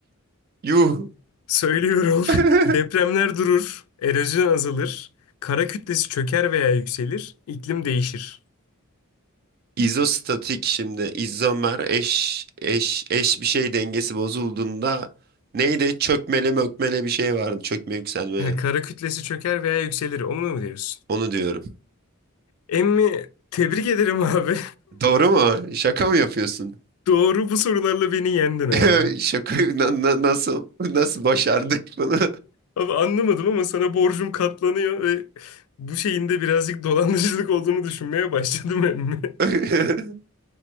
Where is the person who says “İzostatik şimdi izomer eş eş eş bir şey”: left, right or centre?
Right